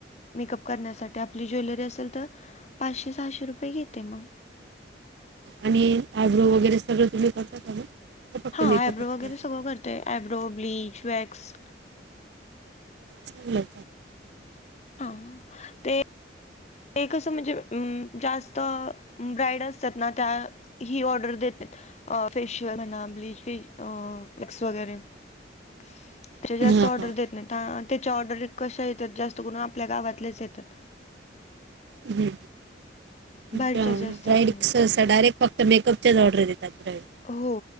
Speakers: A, on the left; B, on the right.
A: मेकअप करण्यासा ठी -जर आपली ज्वेलरी असेल तर पाचशे, सहाशे रुपये घेते मग.
B: आणि आयब्रो वगैरे सगळं तुम्ही करता का मग? का फक्त
A: हा
B: मेकअपच
A: आयब्रो वगैरे
B: करता
A: सगळं करतोय आयब्रो, ब्लीच, वॅक्स
B: चांगलय.
A: हा ते ते कसं म्हणजे अं जास्त ब्राईड असत्यात ना त्या ही ऑर्डर देत नायत. अ फेशिअल म्हणा, ब्लीच, वॅक्स वगैरे. त्यांच्या जास्तं
B: आहे.
A: ऑर्डर देतं नाहीं आंता त्यांच्या ऑर्डरी कश्या येत्यांत जास्तं करूंन आपल्यां गावांतल्याचं येत्यांत.
B: हम्मं हम्मं
A: बाहेरच्या जास्त
B: डायरेक्ट
A: येत नाहीत
B: सहंसा डायरेक्ट प मेकअपच्या चं ऑर्डर देतांत ब्राइड
A: हो